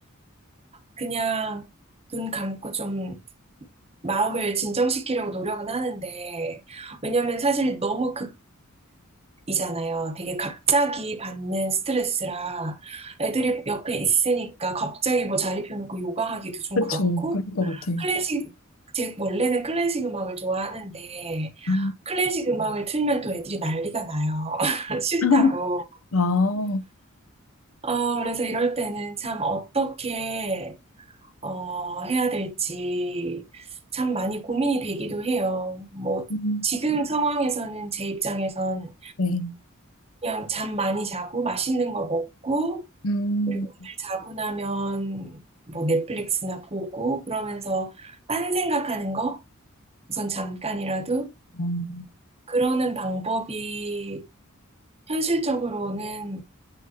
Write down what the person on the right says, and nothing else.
그냥 눈 감고 좀 마음을 진정시키려고 노력은 하는데, 왜냐면 사실 너무 급, 급이잖아요. 되게 갑자기 받는 스트레스라 애들이 옆에 있으니까 갑자기 뭐 자리 펴놓고 요가하기도 좀
그렇고,
클래식, 제 원래는 클래식 음악을 좋아하는데,
클래식 음악을 틀면 또 애들이 난리가 나요. <laughs> 싫다고.
아, 그래서 이럴 때는 참 어떻게 어, 해야 될지 참 많이 고민이 되기도 해요. 뭐,
지금 상황에서는 제 입장에선
그냥 잠 많이 자고 맛있는 거 먹고,
그리고 오늘 자고 나면 뭐 넷플릭스나 보고, 그러면서 딴 생각하는 거, 우선 잠깐이라도,
그러는 방법이 현실적으로는